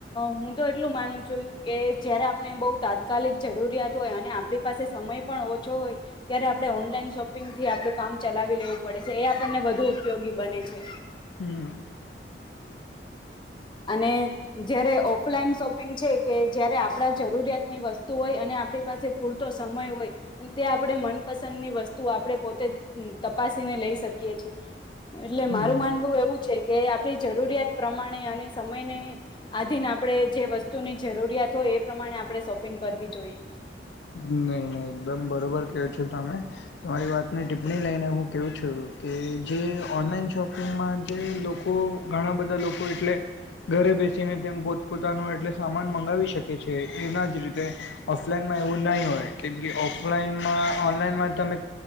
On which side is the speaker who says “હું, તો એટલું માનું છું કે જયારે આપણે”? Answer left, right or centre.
Left